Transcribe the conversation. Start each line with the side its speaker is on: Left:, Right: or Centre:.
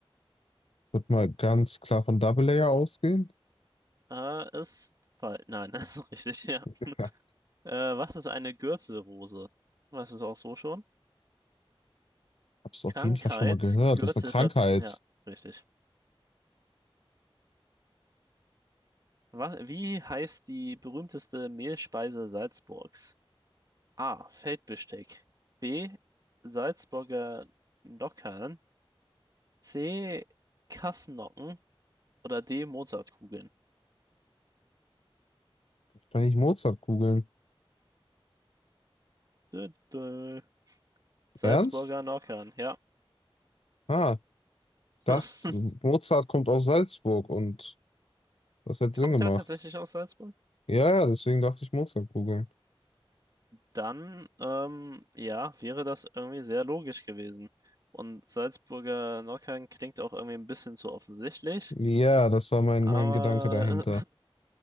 Left: Wird mal ganz klar von Double Layer ausgehen.
Right: Äh, ist falsch. Nein, <laughs> das ist richtig, ja.
Left: Ja,
Right: Äh, was ist eine Gürtelrose? Was ist auch so schon?
Left: hab's auf
Right: Krankheit,
Left: jeden Fall schon mal gehört.
Right: Gürtelverzieh.
Left: Das ist eine Krankheit.
Right: Ja, richtig. Was, wie heißt die berühmteste Mehlspeise Salzburgs? A. Feldbesteck. B. Salzburger Nockern. C. Kassnocken. Oder D. Mozartkugeln.
Left: Wahrscheinlich Mozartkugeln.
Right: Dö, dö. Salzburger
Left: Ernst?
Right: Nockern, ja.
Left: Ah, dachte,
Right: <laughs>
Left: Mozart kommt aus Salzburg und das hätte
Right: Kommt
Left: Sinn gemacht.
Right: er tatsächlich aus Salzburg?
Left: Ja, ja, deswegen dachte ich Mozartkugeln.
Right: Dann, ähm, ja, wäre das irgendwie sehr logisch gewesen. Und Salzburger Nockern klingt auch irgendwie ein bisschen zu offensichtlich,
Left: Ja, das war mein,
Right: aber
Left: mein Gedanke dahinter.